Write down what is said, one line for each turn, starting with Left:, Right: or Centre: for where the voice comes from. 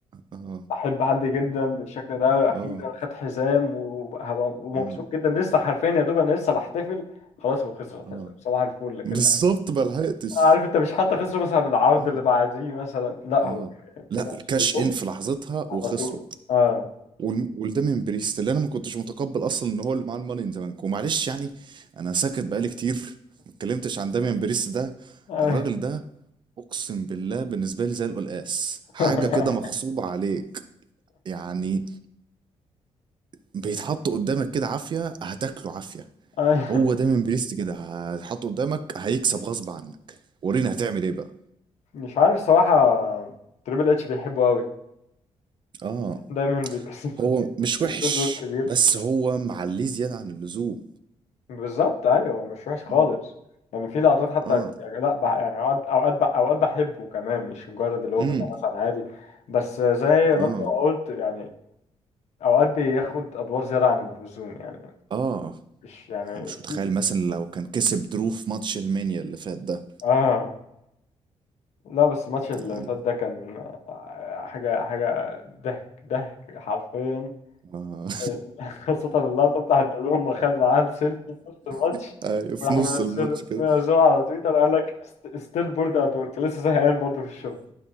Right: اه
Left: احب حد جدا بالشكل ده اخيرا
Right: اه
Left: خد حزام وهبقى ومبسوط
Right: اه
Left: جدا لسه حرفيا يا دوب انا لسه بحتفل خلاص هو خسر الحزام
Right: اه
Left: صباح الفل كده
Right: بالظبط ما لحقتش
Left: عارف انت مش حتى خسر مثلا من العرض
Right: اه
Left: اللي بعديه مثلا لا
Right: اه
Left: هو في
Right: لا
Left: نفس
Right: كاش
Left: اليوم
Right: ان في لحظتها
Left: على
Right: وخسروا
Left: طول اه
Right: وال- وده من بريست اللي انا ما كنتش متقبل اصلا ان هو اللي معاه الماني ان ذا بانك ومعلش يعني انا ساكت بقالي كتير ما اتكلمتش عن داميان بريست ده
Left: <laughs>
Right: الراجل ده اقسم بالله بالنسبه لي زي القلقاس حاجه
Left: <laughs>
Right: كده مغصوبه عليك يعني بيتحط قدامك كده عافيه هتاكله عافيه
Left: أي-
Right: هو دايما بريست كده هتحطه قدامك هيكسب غصب عنك ورينا هتعمل ايه بقى
Left: مش عارف الصراحة تريبل اتش بيحبه قوي
Right: اه
Left: دايما بيكسب
Right: هو مش وحش
Left: بدون دور كبير
Right: بس هو معليه زياده عن اللزوم
Left: بالظبط ايوه مش وحش خالص
Right: مم.
Left: يعني في لقطات حتى
Right: اه
Left: يعني لا بح... يعني اوقات اوقات بح- اوقات بحبه كمان مش مجرد اللي هو
Right: امم
Left: بيبقى مثلا عادي بس زي
Right: اه
Left: ما انت قلت يعني اوقات بياخد ادوار زيادة عن اللزوم يعني
Right: اه
Left: مش يعني
Right: أنا مش متخيل
Left: في
Right: مثلا لو كان كسب درو في ماتش المانيا اللي فات ده
Left: اه لا بس الماتش اللي
Right: يعني
Left: فات ده كان آه، حاجة حاجة ضحك ضحك حرفيا
Right: آه.
Left: <laughs> خاصة اللقطة بتاعت بيقول لهم خد معاه السيلفي في وسط الماتش
Right: <laughs> آه، في
Left: وراح
Right: نص
Left: منزله
Right: الماتش كده
Left: منزله على تويتر قال لك ستيل بورد ات ورك لسه زهقان برضه في الشغل